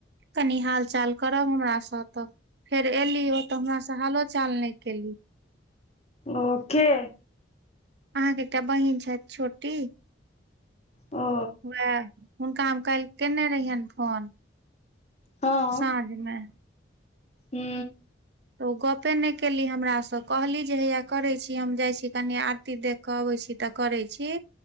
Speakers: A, on the right (about 60°); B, on the left (about 35°).
A: कनि हाल चाल करब हमरा सँ त फेर एली ओ त हमरा से हालो चाल नहि केली।
B: ओ के?
A: अहाँके एकटा बहीन छैथ छोटी।
B: ओ
A: वैह हुनका हम काल्हि केने रहियनि फोन।
B: हँ
A: साँझ मे
B: हू।
A: त ओ गपे नहि केली हमरा से कहली जे हैया करै छी हम जाइ छी कनि आरती देख। क अबै छी त करै छी।